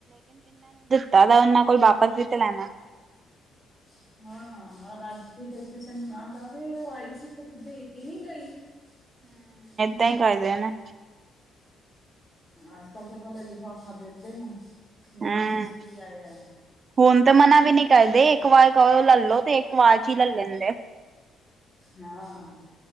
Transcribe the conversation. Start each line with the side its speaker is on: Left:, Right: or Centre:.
Right: ਹੈਗਾ ਓਨਾਂ ਕੋਲ ਵਾਪਸ ਵੀ ਤੇ ਲੈਣਾ।
Left: <inaudible> ਹਾਂ ਅੱਜ ਕੀ ਕਰਕੇ ਸਨੂੰ ਨਾ ਦ ਰਹੇ ਆਈ ਸੀ ਕੁਛ ਦੇ ਕੇ ਨੀ ਗਈ। ਹੂੰ।
Right: ਤੈ ਕਰਦੇ ਏ ਨੇ
Left: ਅੱਜ-ਕੱਲ ਤਾਂ ਪੈਲੇ ਲਿਫਾਫਾ ਦੇਦੇ ਨੇ ਲਿਫਾਫੇ
Right: ਹਮ
Left: ਚ ਕੀ ਆਯਾ।
Right: ਹੁਣ ਤਾਂ ਮਨਾ ਵੀ ਨੀ ਕਰਦੇ ਏਕ ਵਾਰ ਕੋ ਵਲੋਂ ਤੇ ਏਕ ਵਾਰ ਚ ਹੀ ਲਲ ਲੈਂਦੇ ਆ।
Left: ਹਾਂ।